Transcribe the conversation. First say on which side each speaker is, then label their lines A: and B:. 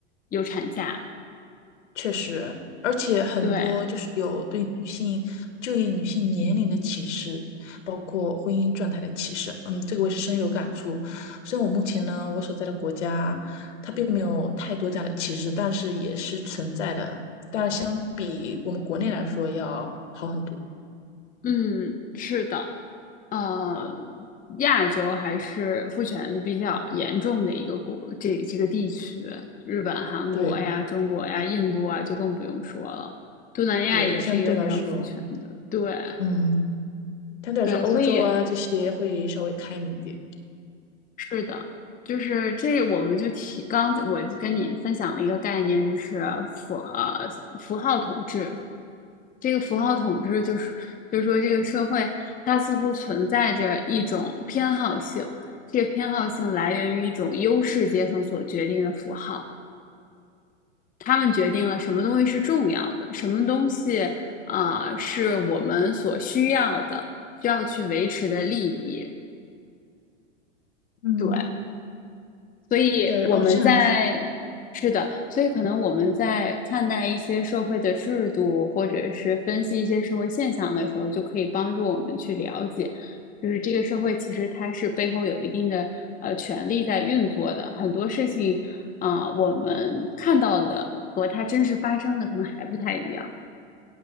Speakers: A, on the left; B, on the left.
A: 有产假。
B: 确实，而且很多就是有对女性就业、
A: 对，
B: 女性年龄的歧视，包括婚姻状态的歧视。嗯，这个我也是深有感触。虽然我目前呢，我所在的国家它并没有太多这样的歧视，但是也是存在的。但是相比我们国内来说要好很多。
A: 嗯，是的。呃，亚洲还是父权比较严重的一个国，这这个地区，日本、韩国呀、
B: 对的，
A: 中国呀、印度啊，就更不用说了。东南亚也是一个非常父权的，
B: 对，相对来说，
A: 对
B: 嗯，相对来说欧洲啊这些会稍微开明一点。
A: 对，所以是的，就是这我们就提刚我跟你分享了一个概念，就是符呃符号统治，这个符号统治就是，就是说这个社会它似乎存在着一种偏好性，这个偏好性来源于一种优势阶层所决定的符号，他们决定了什么东西是重要的，什么东西啊，是我们所需要的，需要去维持的利益。
B: 嗯，
A: 对，所以我们在，
B: 对，哦，这样子。
A: 是的，所以可能我们在看待一些社会的制度，或者是分析一些社会现象的时候，就可以帮助我们去了解，就是这个社会其实它是背后有一定的呃权力在运作的，很多事情啊，我们看到的和它真实发生的可能还不太一样。